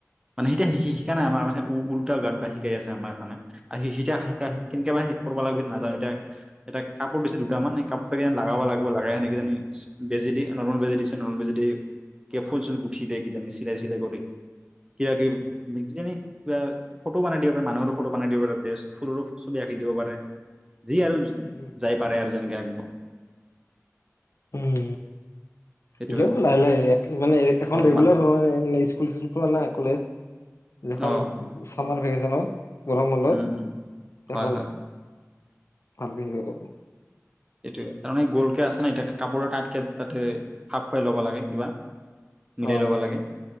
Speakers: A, on the right; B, on the left.
A: মানে সেতিয়া শি শি শিকা নাই আমাৰ মানে উ উ উলটা গাত বা শিকাই আছে আমাৰ এখনে। আহি হিতিয়া হিতিয়া সেইখিন, একেবা সে কৰিব লাগিব স নাজানো এতিয়া এটা কাপোৰ দিছে দুটামান সেই কাপোৰটা লগাব লাগিব লাগাই সেনেকেইজানী বেজি দি নৰ্মল বেজি দিছে নৰ্মল বেজি দি কে ফুল চুল গুঠি দিয় কিজানি চিলাই চাই কৰি কিবা কিবি মিক জনি। উয়া ফটো বনাই দিব পাৰে মানুহৰ ফটো বনাই দিব পাৰে তেচ ফুলৰো ছবি আঁকি দিব পাৰে। যি আৰু
B: উম
A: যাই পাৰে আৰু যেনে আঁকব।
B: সেই
A: সেইটোৱে
B: এতিয়া লাহে লাহে মানে এখন
A: অ
B: ৰেগুলাৰ
A: মা
B: হয় মেচ খুলিছিল খোলা নাই কলেজ? দেখোন
A: অ
B: চামাৰ ভেকেছণত। গৰমবন্ধত
A: উম উম হয়
B: এখন
A: হয়
B: ভালকে দিবা বাৰো।
A: এইটোয়ে তাৰমানে গ'লকে আছে নাই এতিয়া কাপোৰৰ তাতকে তাতে সাপ খুৱাই ল'ব লাগে কিবা? মিলাই
B: অ
A: ল'ব লাগে।